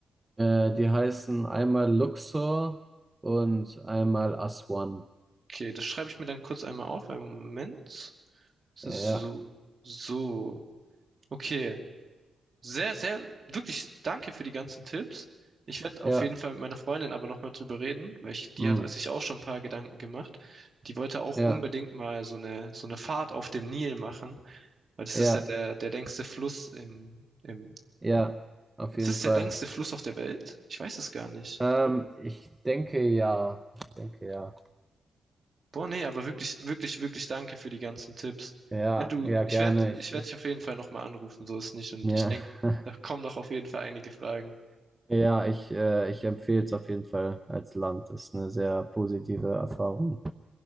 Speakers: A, on the right; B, on the right.
A: Äh, die heißen einmal Luxor und einmal Aswan.
B: Okay, das schreibe ich mir dann kurz einmal auf. Einen Moment. So,
A: Ja,
B: so. so. Okay. Sehr, sehr, wirklich danke für die ganzen Tipps. Ich werde auf
A: ja,
B: jeden Fall mit meiner Freundin aber nochmal drüber reden, weil ich, die
A: mm,
B: hat sich auch schon ein paar Gedanken gemacht. Die wollte auch
A: ja,
B: unbedingt mal so eine, so eine Fahrt auf dem Nil machen, weil das
A: ja,
B: ist ja der, der längste Fluss im, im,
A: ja, auf
B: ist
A: jeden
B: es
A: Fall.
B: der längste Fluss auf der Welt? Ich weiß es gar nicht.
A: Ähm,
B: Ich glaub,
A: ich denke ja, ich denke ja.
B: boah, nee, aber wirklich, wirklich, wirklich danke für die ganzen Tipps.
A: Ja,
B: Wenn du,
A: ja,
B: ich
A: gerne.
B: werde, ich
A: Ich,
B: werde
A: ich,
B: dich auf jeden Fall nochmal anrufen, so ist nicht. Und
A: ja.
B: ich denke,
A: <laughs>
B: da kommen doch auf jeden Fall einige Fragen.
A: Ja, ich, äh, ich empfehle es auf jeden Fall als Land. ist eine sehr positive Erfahrung.